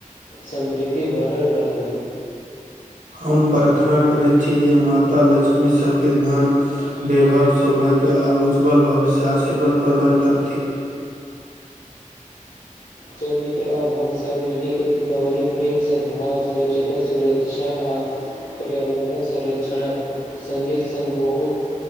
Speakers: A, on the left; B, on the right.
A: समृद्धि भरल रहै
B: हम प्रार्थना करैत छी जे माता लक्ष्मी सभके धन वैभाव सौभाग्य आ उज्ज्वल भविष्य आशीर्वाद प्रदान करती
A: चल मित्र अब हमसभ मिलि कऽ दीपावली प्रेम सद्भाव स्वच्छता सुरक्षा आ पर्यावरणक संरक्षणक संदेश सङ्ग बहुत